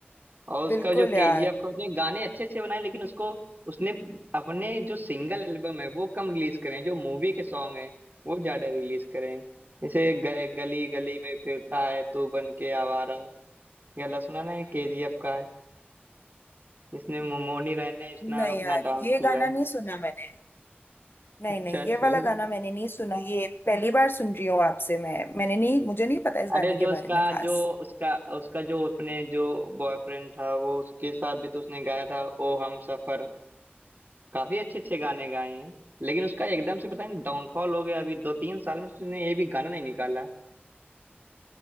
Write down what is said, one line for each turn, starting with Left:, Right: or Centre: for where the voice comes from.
Right: और उसका
Left: बिल्कुल
Right: जो केजीएफ
Left: यार
Right: का उसने गाने अच्छे अच्छे बनाए लेकिन उसको उसने अपने जो सिंगल एल्बम है वो कम रिलीज करें जो मूवी के सॉन्ग हैं वो ज्यादा रिलीज करें जैसे ग- गली गली में फिरता है तू बन के आवारा यह वाला सुना ना ये केजीएफ का है जिसने मो- मोनी राय ने इतना
Left: नहीं
Right: अपना
Left: यार
Right: डांस
Left: ये
Right: किया
Left: गाना
Right: है
Left: नहीं सुना मैंने नहीं
Right: अच्छा
Left: नहीं
Right: चलिए
Left: ये वाला गाना मैंने नहीं सुना ये पहली बार सुन रही हूँ आपसे मैं मैंने नहीं मुझे नहीं पता इस
Right: अरे
Left: गाने के
Right: जो उसका
Left: बारे में खास
Right: जो उसका उसका जो अपने जो बॉयफ्रेंड था वो उसके साथ भी तो उसने गाया था ओ हम सफर काफी अच्छे अच्छे गाने गाए हैं लेकिन उसका एकदम से पता नहीं डाउनफॉल हो गया अभी दो तीन साल में उसने ये भी गाना नहीं निकाला